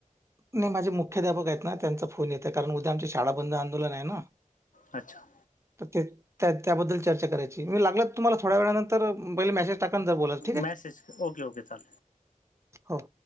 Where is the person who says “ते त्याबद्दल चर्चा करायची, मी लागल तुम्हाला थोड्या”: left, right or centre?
Right